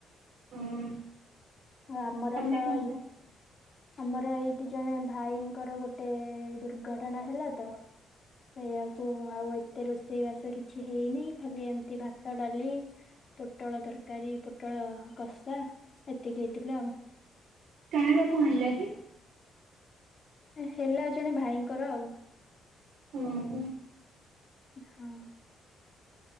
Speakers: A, on the right; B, on the left.
A: ହୁଁ।
B: ହ ଆମର
A: ତମେ
B: ତ
A: କଣ
B: ଏଇ
A: ଖାଇ
B: ଆମର ଏଇଠି ଜଣେ ଭାଇଙ୍କର ଗୋଟେ ଦୁର୍ଘଟଣା ହେଲା ତ। ସେଇଆ କି ଆଉ ଏତେ ରୋଷେ ରୋଷେଇ ବାସ କିଛି ହେଇନି ଖାଲି ଏମିତି ଭାତ ଡାଲି ପୋଟଳ ତରକାରୀ ପୋଟଳ କଷା। ଏତିକି ହେଇଥିଲା ଆଉ।
A: କାହାର କଣ ହେଲା କି?
B: ହେ ହେଲା ଜଣେ ଭାଇଙ୍କର ଆଉ।
A: ଉ ହୁଁ।
B: ଏ ହଁ।